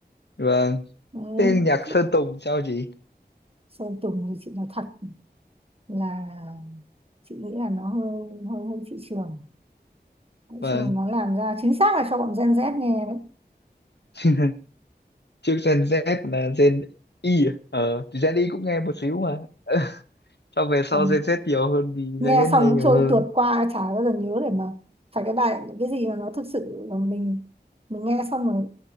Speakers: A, on the left (about 80°); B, on the right (about 35°).
A: Vâng.
B: ừ.
A: Thế nhạc
B: chứ
A: Sơn Tùng sao chị?
B: Sơn Tùng thì chị nói thật là chị nghĩ là nó hơi hơi hơi thị trường nói
A: Vâng,
B: chung là nó làm ra chính xác là cho bọn Gen Z nghe đấy
A: <laughs> trước Gen Z là Gen Y à? Ờ, thì Gen Y cũng nghe một xíu mà. <laughs> Sau về sau
B: còn
A: Gen Z nhiều hơn vì
B: nghe
A: Gen Z
B: xong
A: nghe
B: cứ
A: nhiều
B: trôi
A: hơn.
B: tuột qua chả bao giờ nhớ để mà phải cái bài cái gì mà nó thực sự là mình mình nghe xong rồi